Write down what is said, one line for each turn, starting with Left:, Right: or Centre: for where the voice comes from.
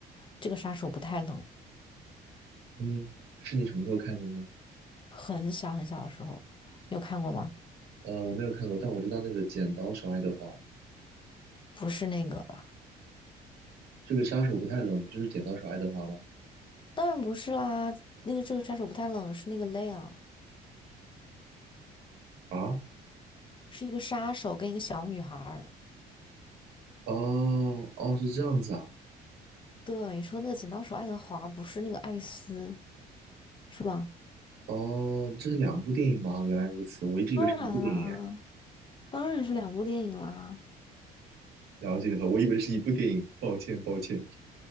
Left: 这个杀手不太冷，
Right: 嗯，是你什么时候看的呢？
Left: 很小很小的时候，你有看过吗？
Right: 呃，我没有看过，但我知道那个《剪刀手爱德华》。
Left: 不是那个吧？
Right: 这个杀手不太冷，不就是剪刀手爱德华吗？
Left: 当然不是啦，那个这个杀手不太冷是那个 Leon，
Right: 啊，
Left: 是一个杀手跟一个小女孩儿。
Right: 哦哦，是这样子啊。
Left: 对，你说那个剪刀手爱德华不是那个爱丽丝是吧？
Right: 哦，这是两部电影吗？原来如此，我一直以为是一部电影哎。
Left: 当然啦，当然是两部电影啦。
Right: 了解了，我以为是一部电影，抱歉抱歉。